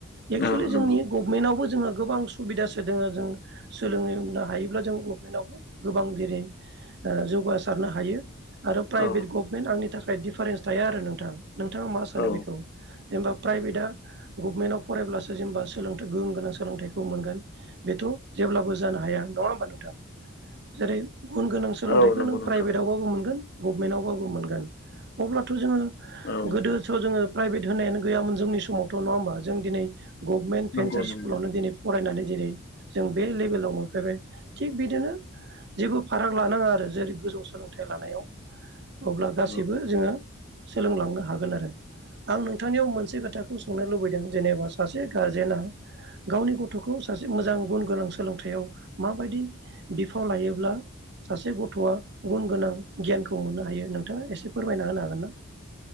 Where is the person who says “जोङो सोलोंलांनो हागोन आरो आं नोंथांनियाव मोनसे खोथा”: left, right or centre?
Right